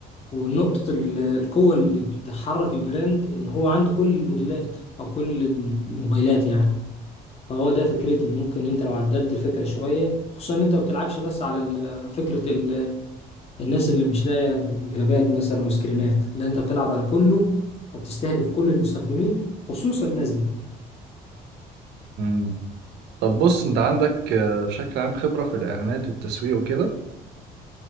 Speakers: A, on the left; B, on the right.
A: ونقطة ال- القوة اللي بتحرك البراند إن هو عنده كل الموديلات أو كل الموبايلات يعني فهو ده فكرتي ممكن أنت لو عدلت الفكرة شوية خصوصا إن أنت ما بتلعبش بس على ال- فكرة ال- الناس اللي مش لاقية جرابات مثلا وسكرينات لا أنت بتلعب على كله وبتستهدف كل المستخدمين خصوصا الناس دي
B: امم طب بص انت عندك آه، بشكل عام خبره في الاعلانات والتسويق وكده